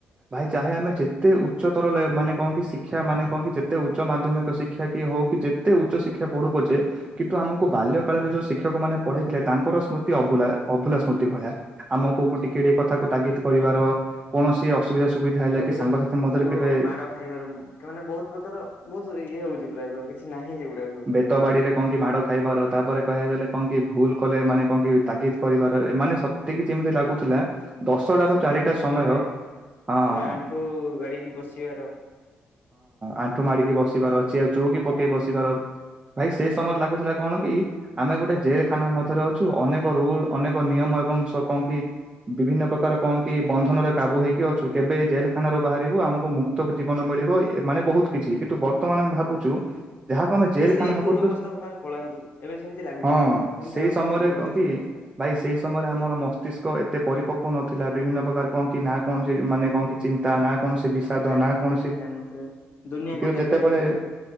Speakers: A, on the right; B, on the left.
A: ଭାଇ ଚାହେ ଆମେ ଯେ ଯେତେ ଉଚ୍ଚତର ମାନେ କହ କି ଶିକ୍ଷା ମାନେ କହଣ କି ଯେତେ ଉଚ୍ଚ ମାଧ୍ୟମିକ ଶିକ୍ଷା କି ହଉ କି ଯେ ଯେତେ ଉଚ୍ଚ ଶିକ୍ଷା ପଢୁ ପଛେ? କିନ୍ତୁ ଆମକୁ ବାଲ୍ୟ କାଳରେ ଯୋଉ ଶିକ୍ଷକ ମାନେ ପଢେଇଥିଲେ ତାଙ୍କର ସ୍ମୃତି ଅଭୁଲା ଅଭୁଲା ସ୍ମୃତି ଭଳିଆ। ଆମକୁ
B: ପୁରା
A: ଟିକେ ଟିକେ କଥାକୁ ତାଗିଦ କରିବାର କୌଣସି ଅସୁବିଧା ସୁବିଧା ହେଲେ
B: ତାପରେ
A: କି ସାଙ୍ଗସାଥି ମଧ୍ୟରେ
B: ଯୋଉ
A: କେବେ
B: ମାଡ ଖାଇବାର ମୁ ମାନେ ବହୁତ ପ୍ରକାର ବହୁତ ଇଏ ହଉଛି ପ୍ରାୟତ? କିଛି ନାହିଁ ଏଗୁଡ଼ାକ।
A: ଖେତ ବାଡିରେ କଣ କି ମାଡ଼ ଖାଇବାର ତାପରେ କହିବା ଗଲେ କଣ କି ଭୁଲ କଲେ ମାନେ କଣ କି ତାଗିଦ କରିବାର ମାନେ ସ ତେକି ଯେମିତି ଲାଗୁଥିଲା ଦଶଟାରୁ
B: ସ୍କୁଲ
A: ଚାରିଟା
B: ଡଷ୍ଟରରେ
A: ସମୟ ହଁ। ହଁ
B: ତାପରେ ଆଣ୍ଠୁ ଗାଡିକି ବସିବାର
A: ଆଣ୍ଠୁ ମାଡିକି ବସିବାର ଅଛି ଆଉ ଚୋଉକି ପକେଇ
B: ଆଉ
A: ବସିବାର ଭାଇ ସେଇ ସମୟରେ ଲାଗୁଥିଲା କଣ କି? ଆମେ ଗୋଟେ ଜେଲଖାନା ମଧ୍ୟରେ ଅଛୁ ଅନେକ ରୁଲ ଅନେକ ନିୟମ ଏବଂ କଣ କି? ବିଭିନ୍ନ ପ୍ରକାର କଣ କି ବନ୍ଧନରେ କାବୁ ହେଇକି ଅଛୁ କେବେ ଜେଲଖାନାରୁ ବାହାରିବୁ ଆମକୁ ମୁ ଜୀବନ ମିଳିବ ମାନେ ବହୁତ କିଛି କିନ୍ତୁ ବର୍ତ୍ତମାନ ଆମେ ଭାବୁଛୁ? ଯାହାକୁ ଆମେ ଜେଲ
B: ସେଇ
A: ଖାନା ଭାବୁଥିଲୁ
B: ପୂର୍ବ ଅବସ୍ଥାକୁ କାଇଁ ପଳାନ୍ତୁ ଏବେ ସେମିତି ଲାଗୁଛି।
A: ହଁ
B: ଯେମିତି
A: ସେଇ
B: ଆଉଥରେ
A: ସମୟରେ
B: ଆମେ ପଢନ୍ତି
A: କଣ କି?
B: ସେଇ ଅବସ୍ଥାରେ
A: ଭାଇ ସେଇ ସମୟରେ ଆମର ମସ୍ତିଷ୍କ ଏତେ ପରିପକ୍ୱ ନଥିଲା ବିଭିନ୍ନ ପ୍ରକାର କଣ କି ନା କୌଣସି ମାନେ କଣ କି ଚି ତା ନା କୌଣସି ବିଷାଦ
B: ଆମେ ଜାଣିନଥିଲେ
A: ନା କୌଣସି
B: କିଛି ଜାଣିନଥିଲେ। ଦୁନିଆ
A: କିନ୍ତୁ
B: କଣ ଜାଣିନଥିଲେ
A: ଯେତେବେଳେ
B: ଆମେ ନା